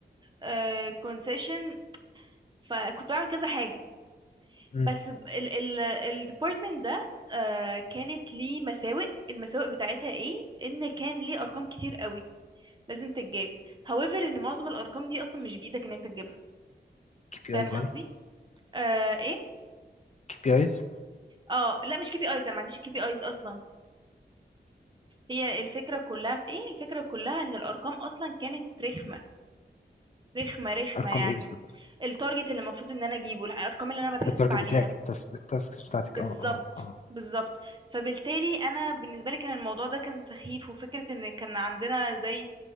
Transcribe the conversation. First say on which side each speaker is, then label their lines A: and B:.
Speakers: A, on the right (about 25°); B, on the left (about 40°).
A: آه كونسيشن فكنت بعمل كذا حاجه
B: اه
A: بس ال ال الديبارتمنت ده آه كانت ليه مساوئ المساوئ بتاعتها ايه ان كان ليه ارقام كتير قوي لازم تتجاب however ان معظم الارقام دي اصلا مش بايدك ان انت تجيبها
B: كي
A: فاهم
B: بي ايز
A: قصدي
B: يعني
A: آه ايه
B: كي بي ايز
A: اه لا مش كي بي ايز انا ما عنديش كي بي ايز اصلا هي الفكره كلها في ايه الفكره كلها ان الارقام اصلا كانت رخمه رخمة رخمة
B: ارقام
A: يعني
B: ايه بالظبط
A: التارجت اللي المفروض ان انا اجيبه الارقام اللي انا بتحاسب
B: التارجت
A: عليها
B: بتاعك التاسكس بتاعتك
A: بالظبط
B: اه اه اه
A: بالظبط فبالتالي انا بالنسبه لي كان الموضوع ده كان سخيف وفكره ان كان عندنا زي